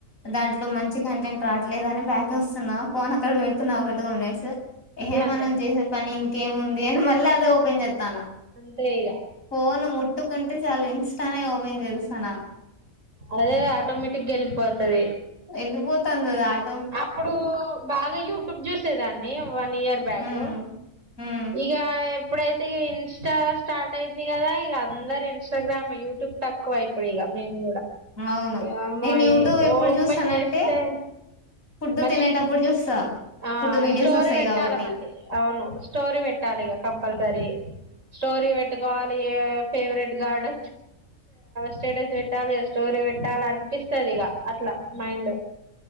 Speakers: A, on the left; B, on the right.
A: దాంట్లో మంచి కంటెంట్ రావట్లేదు అని బ్యాక్ వస్తున్నా ఫోన్ అక్కడ పెడుతున్నా ఒక టు మినట్సు ఏహె
B: ఫుల్ అంతే
A: మనం చేసే పని ఇంకేముంది అని మళ్ళ అది ఓపెన్ చేతన
B: అంతే ఇగ
A: ఫోన్ ముట్టుకుం ఉంటే చాలు ఇంస్టానే ఓపెన్ చేయదు తనా
B: అదే ఆటోమేటిక్గా ఎళ్ళిపోతది
A: ఎల్లిపోతంది అది ఆడ్
B: అప్పుడు బాగా యూట్యూబ్ చూసేదాన్ని వన్ ఇయర్ బ్యాకు
A: ఉమ్ ఉమ్
B: ఇగా ఎప్పుడైతే ఇగ ఇన్స్టా స్టార్ట్ అయింది కదా ఇక అందరు ఇంస్టాగ్రామ్ యూట్యూబ్ తక్కువ ఇప్పుడు ఇగ మేము
A: అవును
B: ఒమ్మోయి
A: నేను యూట్యూబ్ ఎప్పుడు
B: ఓపన్
A: చూస్తానంటే
B: చేస్తే
A: ఫుడ్
B: మళ్ళీ
A: తినేటప్పుడు చూస్తా
B: ఆ
A: ఫుడ్ వీడియోస్
B: స్టోరీ
A: వస్తాయి
B: పెట్టాలా
A: కాబట్టి
B: మళ్ళీ, అవును స్టోరీ పెట్టాలిగ కంపల్సరీ స్టోరీ పెట్ టాలిగా ఫేవరెట్గాడ్ స్టేటస్ పెట్టాలి, స్టోరీ పెట్టాల, అనిపిస్తది ఇక అట్లా మైండ్.